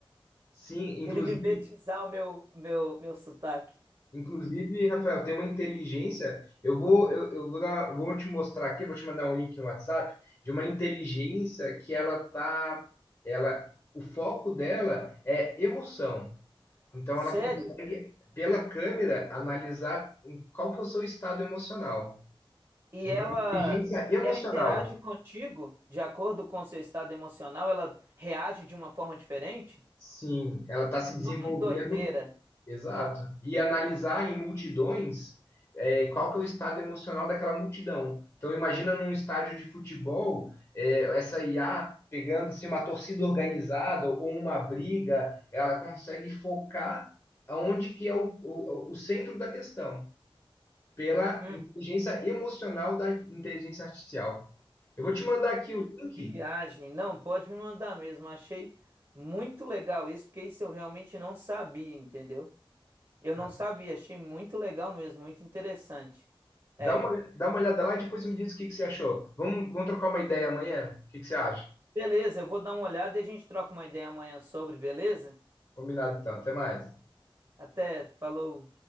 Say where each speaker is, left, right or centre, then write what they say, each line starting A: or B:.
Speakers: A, on the left; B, on the right.
A: Sim,
B: Ele
A: inclusive.
B: mimetizar o meu, meu, meu sotaque.
A: Inclusive, Rafael, tem uma inteligência. Eu vou, eu, eu vou dar, vou te mostrar aqui, vou te mandar um link no WhatsApp de uma inteligência que ela tá, ela, o foco dela é emoção. Então,
B: Sério?
A: ela consegue pela câmera analisar em qual que é o seu estado emocional.
B: E
A: E
B: ela,
A: uma inteligência emocional.
B: ela interage contigo de acordo com seu estado emocional, ela reage de uma forma diferente?
A: Sim, ela está se desenvolvendo
B: No que doideira.
A: Exato. E analisar em multidões é, qual que é o estado emocional daquela multidão. Então imagina num estádio de futebol, é, essa IA pegando assim, uma torcida organizada ou uma briga, ela consegue focar aonde que é o, o, o centro da questão, pela
B: Hum.
A: inteligência emocional da inteligência artificial. Eu vou te mandar aqui o link,
B: Viagem, não, pode me mandar mesmo. Achei muito legal isso, porque isso eu realmente não sabia, entendeu? Eu
A: tá?
B: não sabia, achei muito legal mesmo, muito interessante.
A: dá
B: É.
A: uma, dá uma olhada lá e depois me diz o que, que você achou. Vamos, vamos trocar uma ideia amanhã? O que, que você acha?
B: Beleza, eu vou dar uma olhada e a gente troca uma ideia amanhã sobre, beleza?
A: Combinado então, até mais.
B: Até, falou.